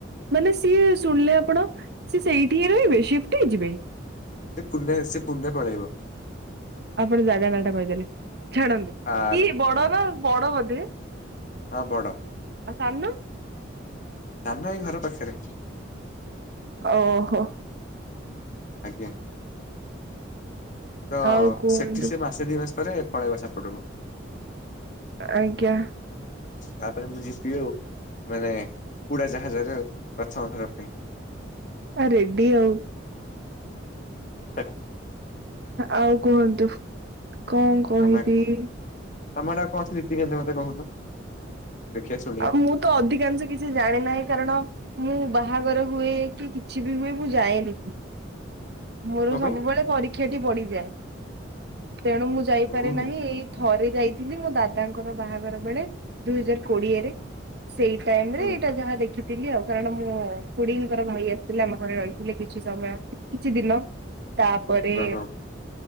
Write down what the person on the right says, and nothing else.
ମାନେ ସିଏ ଶୁଣିଲେ ଆପଣ ସିଏ ସେଇଠି ହିଁ ରହିବେ ସିଫ୍ଟ ହେଇଯିବେ?
ଆପଣ ଜାଗା ନା ଟା କହିଦେଲେ ଛାଡ଼ନ୍ତୁ
କି ବଡ
ର ବଡ ବୋଧେ?
ଆଉ ସାନ?
ଓହୋ।
ଆଉ କୁହନ୍ତୁ
ଆଜ୍ଞା।
ଆ ରେଡି ଆଉ।
ଆଉ କୁହନ୍ତୁ କଣ କହିବି?
ମୁଁ ତ ଅଧିକାଂଶ କିଛି ଜାଣି ନାହିଁ କାରଣ ମୁଁ ବାହାଘର ହୁଏ କି କିଛି ବି ହୁଏ ମୁଁ ଯାଏନି। ମୋର
ସବୁବେଳେ
ପରୀକ୍ଷାଟି ପଡିଯାଏ। ତେଣୁ ମୁଁ ଯାଇପାରି
ନାହିଁ ଏଇ ଥରେ ଯାଇଥିଲି ମୋ ଦାଦାଙ୍କର ବାହାଘର ବେଳେ। ଦୁଇ ହଜାର କୋଡିଏରେ। ସେଇ ଟାଇମ
ରେ ଏଇଟା ଯାହା ଦେଖିଥିଲି ଆଉ କାରଣ ମୁଁ ଖୁଡିଙ୍କର ଭାଇ ଥିଲେ ଆମ ଘରେ ରହିଥିଲେ କିଛି ସମୟ କିଛି ଦିନ ତାପରେ